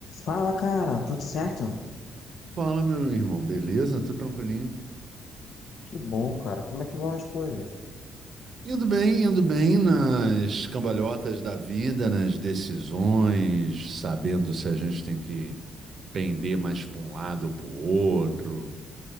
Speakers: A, on the left (about 70°); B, on the right (about 55°).
A: Fala, cara, tudo certo?
B: Fala, meu irmão, beleza? Tudo tranquilinho?
A: Que bom, cara. Como é que vão as coisas?
B: Indo bem, indo bem nas cambalhotas da vida, nas decisões, sabendo se a gente tem que pender mais para um lado ou para o outro,